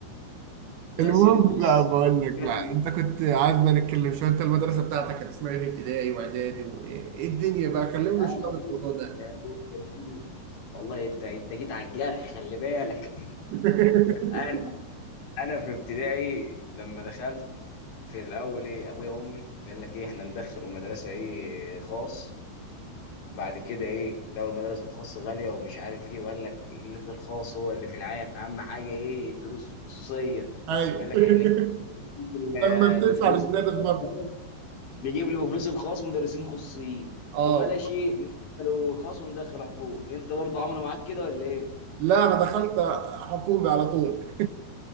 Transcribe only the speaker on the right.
المهم
بقى بقول
لك بقى
انت كنت عايزنا نتكلم شويه انت المدرسه بتاعتك كانت اسمها ايه في ابتدائي واعدادي وايه إيه إيه الدنيا بقى كلمنا
شويه عن
الموضوع ده
<laughs>
ايوه
<laughs> لما بتدفع
للمدرس برضه
اه
لا انا دخلت حكومي على طول